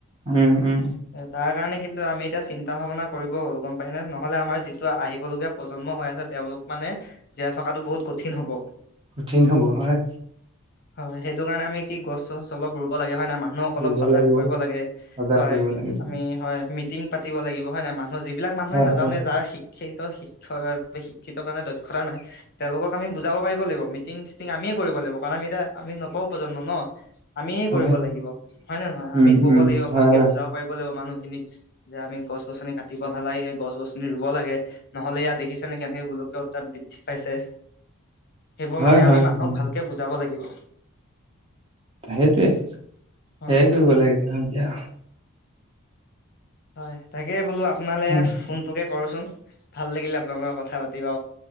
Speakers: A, on the right; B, on the left.
A: উম উম
B: এ তাৰ কাৰণে কিন্তু আমিএতিয়া চিন চিন্তা ভাৱনা কৰিব হ'ল গম পাই নে নহলে আমাৰ যিটো আহিবলগীয়া প্ৰজন্ম হৈ আছে তেওঁলোক মানে জীয়াই থকা থকাতো বহুত কঠিন হ'ব
A: কঠিন হব হয়
B: হয় সেইটো কাৰণে আমি কি গছ চছ অলপ ৰুব লাগে হয় নে আমাৰ মানুহক অলপ
A: ৰুব
B: সজাগ
A: লাগিব
B: কৰিব লাগে
A: সজাগ
B: হয়
A: কৰিব লাগিব
B: আমি হয় মিটিং পাতিব লাগিব হয় ন মানুহ যিবিলাক মানুহে
A: হয়
B: নাজানে
A: হয়
B: যাৰ শিক্ষি শিক্ষিত - শিক্ষ - শিক্ষিত মানে দক্ষতা নাই তেওলোকক আমি বুজাব পাৰিব লাগিব। মিটিং চিটিং আমি কৰিব লাগিব কাৰণ আমি এতিয়া আমি নতুন প্ৰজন্ম ন। আমিয়ে
A: হয়
B: কৰিব লাগিব হয় নে নহয়
A: উম
B: আমি কব
A: উম
B: লাগিব
A: হয়
B: ভালকে
A: হয়
B: বুজাব পাৰিব লাগিব মানুহখিনিক। যে আমি গছ গছনি কাটিব নালাগে গছন গছনি ৰুব লাগে নহলে ইয়াত দেখিছেনে কেনেকে গোলকীয় উত্তাপ বৃদ্ধি পাইছে। সেইবোৰ
A: হয়
B: মানে
A: হয়
B: আমি মানুহক
A: হয়
B: ভালকে বুজাব লাগিব
A: সেইটোৱে সেয়াই
B: অ
A: কৰিব লাগে ন দিয়া
B: হয় তাকে বোলো আপোনালৈ
A: উম,
B: ফোনটোকে কৰোচোন ভাল লাগিল আ আপোন লগত কথা পাতিবা